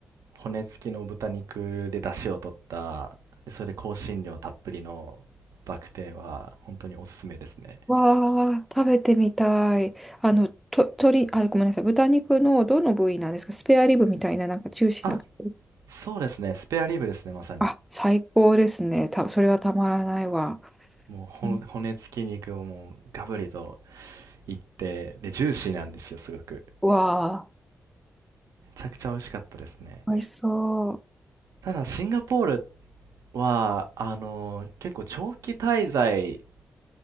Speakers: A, on the right; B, in the centre.
A: 骨付きの豚肉で出汁を取った、で、それで香辛料たっぷりのバクテーは本当におすすめですね。
B: わあ、食べてみたい。あの、と、鶏、あ、ごめんなさい。豚肉のどの部位なんですかスペアリブみたいな、なんかジューシーな部位。
A: あ、そうですね。スペアリブですね、まさに。
B: あ、最高ですね。た、それはたまらないわ。
A: もうほん骨付き肉をもうガブリと
B: うん
A: いって、で、ジューシーなんですよ、すごく。
B: うわ
A: めちゃくちゃ美味しかったですね。
B: あ、美味しそう。
A: ただ、シンガポールは、あの、結構長期滞在